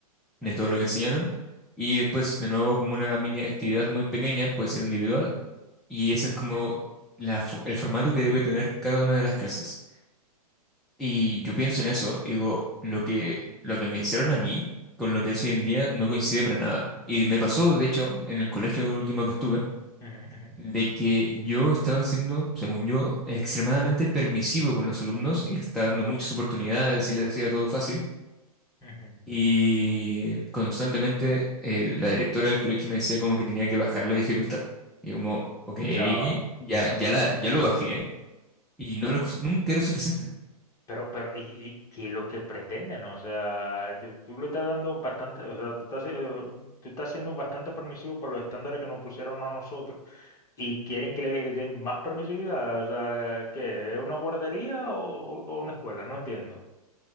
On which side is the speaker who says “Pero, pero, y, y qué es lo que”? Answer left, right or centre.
Left